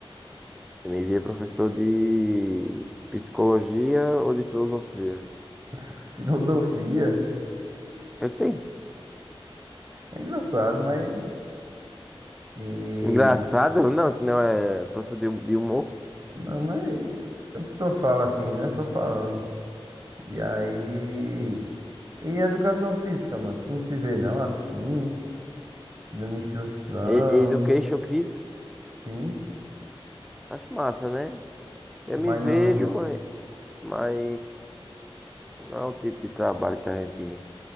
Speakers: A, in the centre; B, on the right (about 40°).
A: Eu me via professor de psicologia ou de filosofia.
B: <laughs> Filosofia.
A: Eu tem.
B: É engraçado, mas. E
A: Engraçado, não, que não é professor de, de humor.
B: Não, mas a pessoa fala assim, né? Só falando. E aí. E a educação física, mano? Tu não se vê não assim, dando instrução,
A: E- Education Physics,
B: sim,
A: acho massa, né? Eu
B: mas
A: me vejo,
B: não.
A: mas, mas não é o tipo de trabalho que a gente